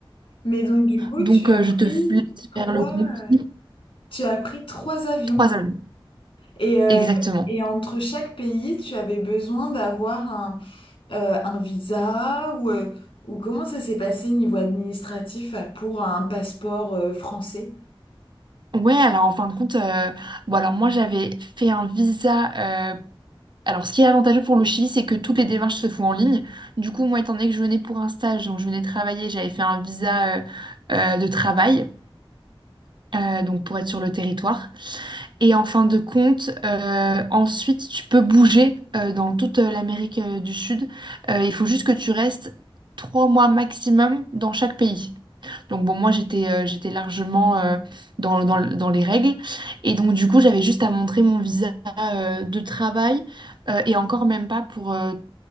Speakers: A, on the left; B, on the right.
A: Mais donc du coup,
B: Donc,
A: tu as
B: euh,
A: pris
B: je te f- laisse
A: trois,
B: faire le compte.
A: euh, tu as pris trois avions.
B: Trois années,
A: Et, euh,
B: exactement.
A: et entre chaque pays, tu avais besoin d'avoir un, euh, un visa ou, euh, ou comment ça s'est passé niveau administratif euh, pour un passeport euh, français?
B: Ouais, alors en fin de compte, euh, bon, alors moi j'avais fait un visa. euh, alors, ce qui est avantageux pour le Chili, c'est que toutes les démarches se font en ligne. Du coup, moi, étant donné que je venais pour un stage, donc je venais travailler, j'avais fait un visa euh, euh, de travail, euh, donc pour être sur le territoire. Et en fin de compte, euh, ensuite, tu peux bouger euh, dans toute euh, l'Amérique euh, du Sud. Euh, il faut juste que tu restes trois mois maximum dans chaque pays. Donc bon, moi j'étais euh, j'étais largement euh, dans, dans, dans les règles. Et donc du coup, j'avais juste à montrer mon visa euh, de travail euh, et encore même pas pour euh,